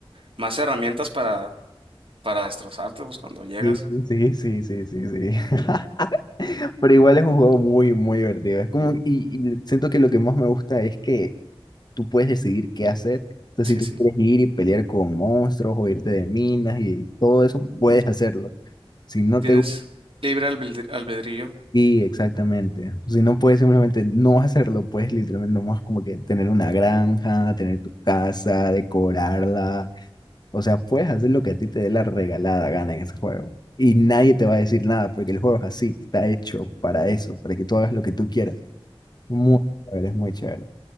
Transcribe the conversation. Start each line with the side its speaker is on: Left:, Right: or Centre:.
Right: más herramientas para, para destrozarte, pues cuando llegas.
Left: Sí, sí, sí, sí, sí, sí. <laughs> Pero igual es un juego muy, muy divertido. Es como, y, y siento que lo que más me gusta es que tú puedes decidir qué hacer. O sea,
Right: Sí,
Left: si tú
Right: sí,
Left: quieres ir y pelear con monstruos o irte de minas y todo eso, puedes hacerlo. Si no
Right: tienes
Left: te
Right: libre albedri- albedrío.
Left: Sí, exactamente. Si no puedes simplemente no hacerlo, puedes literalmente nomás como que tener una granja, tener tu casa, decorarla. O sea, puedes hacer lo que a ti te dé la regalada gana en ese juego. Y nadie te va a decir nada porque el juego es así, está hecho para eso, para que tú hagas lo que tú quieras. Muy chévere, es muy chévere.